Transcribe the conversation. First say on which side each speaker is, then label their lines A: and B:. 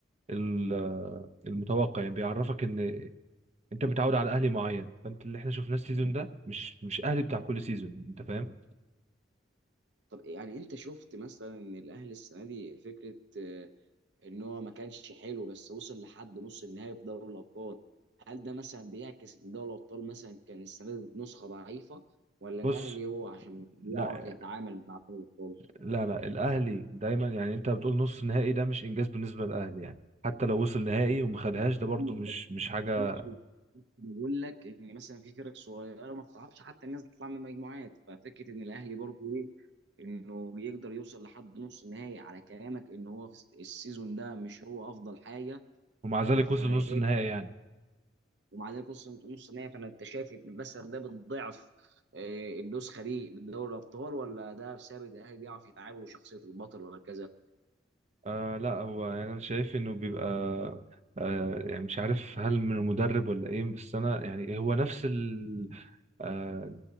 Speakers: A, on the right; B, on the right.
A: ال- المتوقع يعني بيعرفك ان انت متعود على اهلي معين فانت اللي احنا شفناه السيزون ده مش مش اهلي بتاع كل سيزون انت فاهم
B: طب يعني أنت شفت مثلا إن الأهلي السنة دي فكرة آه، ان هو ما كانش حلو بس وصل لحد نص النهائي في دوري الابطال هل ده مثلا بيعكس ان دوري الابطال مثلا كان السنه دي نسخه ضعيفه ولا الاهلي
A: بص
B: هو عشان بيعرف
A: لا
B: يتعامل مع دوري الابطال
A: لا لا الاهلي دايما يعني انت بتقول نص نهائي ده مش انجاز بالنسبه للاهلي يعني حتى لو وصل نهائي وما خدهاش ده
B: اكيد
A: برضو مش
B: بس
A: مش حاجه
B: في نفس الوقت بقول لك ان مثلا في فرق صغيره ما بتعرفش حتى الناس تطلع من المجموعات ففكره ان الاهلي برضه ايه انه يقدر يوصل لحد نص النهائي على كلامك ان هو في السيزون ده مش هو افضل حاجه
A: ومع
B: آه،
A: ذلك
B: فايه
A: وصل نص النهائي
B: بقى
A: يعني
B: ومع ذلك نص نص نهائي فانا انت شايف ان مثلا ده بتضعف آه، النسخه دي من دوري الابطال ولا ده بسبب ان الاهلي بيعرف يتعامل وشخصيه البطل وهكذا؟
A: آه لا هو يعني انا شايف انه بيبقى آه يعني مش عارف هل من المدرب ولا ايه بس انا يعني هو نفس ال آه